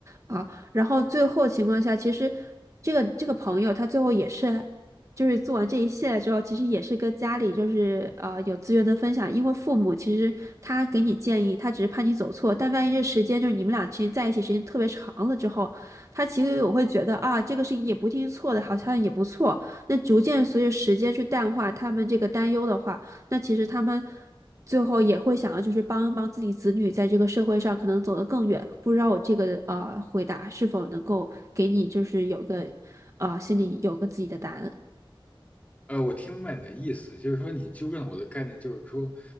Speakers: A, on the right (about 35°); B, on the left (about 15°).
A: 啊。然后最后情况下，其实这个这个朋友他最后也是，就是做完这一系列之后，其实也是跟家里就是呃有资源的分享，因为父母其实他给你建议，他只是怕你走错，但万一这时间就是你们俩之间在一起时间特别长了之后，他其实我会觉得啊，这个事情也不一定是错的，好像也不错。那逐渐随着时间去淡化他们这个担忧的话，那其实他们。最后也会想要就是帮一帮自己子女在这个社会上可能走得更远。不知道我这个呃回答是否能够给你就是有个呃心里有个自己的答案。
B: 呃，我听明白你的意思，就是说你纠正了我的概念，就是说，